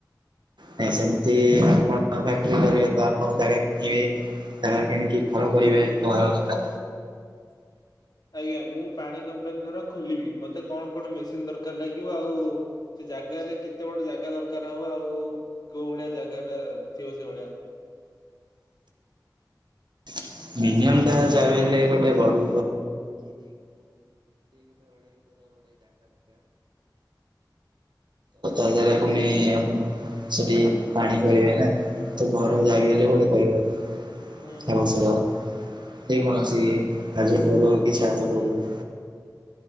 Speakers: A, on the right; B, on the left.
A: ନାଇଁ ସେମିତି ଆପଣ ବି ଫ୍ୟାକ୍ଟ୍ରି କରିବେ ତ <unintelligible> ଜାଗା କିଣିକି ଘର
B: ହୁଁ
A: କରିବେ
B: ଯଦି
A: ଘର।
B: ଧର ମୁଁ ଆଜ୍ଞା ମୁଁ ପାଣି କମ୍ପାନୀ ଧର - ଖୋଲିବି ମୋତେ କଣ କଣ ମେସିନ ଦରକାର ଲାଗିବ ଆଉ ସେ ଜାଗାରେ କେତେ ବଡ ଜାଗା ଦରକା- କାର ହବ ଆଉ କୋଉ ଭଳିଆ ଜାଗା ଟା ଥିବ ସେ ଭଳିଆ।
A: <unintelligible> <unintelligible> ଗୋଟେ ଜାଗା ଦରକାର <unintelligible>
B: ହୁଁ
A: ସେଠି ପାଣି <unintelligible>
B: ହୁଁ
A: <unintelligible> ଯେ କୌଣସି <unintelligible>
B: ହୁଁ